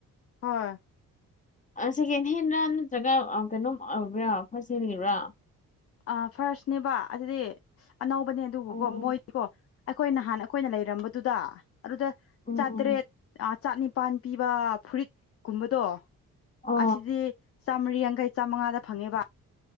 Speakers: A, on the left (about 35°); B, on the left (about 15°).
A: ꯍꯣꯏ
B: ꯑꯥ ꯁꯦꯀꯦꯟ ꯍꯦꯟꯔꯥ ꯅꯠꯇ꯭ꯔꯒ ꯑꯥ ꯀꯩꯅꯣꯝ ꯑꯣꯏꯕ꯭ꯔꯥ ꯐꯥꯁ ꯍꯦꯟꯒꯤꯔꯥ
A: ꯑ ꯐꯥꯔꯁꯅꯦꯕ ꯑꯗꯨꯗꯤ ꯑꯅꯧꯕꯅꯦ ꯑꯗꯨꯕꯨꯀꯣ
B: ꯑꯣ
A: ꯃꯣꯏꯗꯤꯀꯣ ꯑꯩꯈꯣꯏ ꯅꯍꯥꯟ ꯑꯩꯈꯣꯏꯅ ꯂꯩꯔꯝꯕꯗꯨꯗ ꯑꯗꯨꯗ
B: ꯎꯝ
A: ꯆꯥꯇ꯭ꯔꯦꯠ ꯑ ꯆꯥꯛꯅꯤꯄꯥꯥꯟ ꯄꯤꯕ ꯐꯨꯔꯤꯠꯀꯨꯝꯕꯗꯣ
B: ꯑ
A: ꯑꯁꯤꯗꯤ ꯆꯥ ꯃꯔꯤ ꯌꯥꯡꯈꯩ ꯆꯥꯝꯃꯉꯥꯗ ꯐꯪꯉꯦꯕ